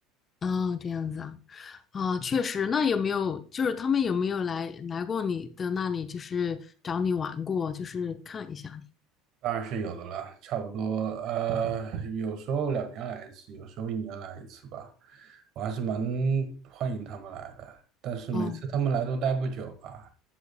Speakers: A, on the left; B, on the right.
A: 哦，这样子啊，啊，确实，那有没有就是他们有没有来来过你的那里，就是找你玩过，就是看一下你？
B: 当然是有的了，差不多，呃，有时候两年来一次，有时候一年来一次吧。我还是蛮欢迎他们来的，但是每次他们来都待不久吧，
A: 哦，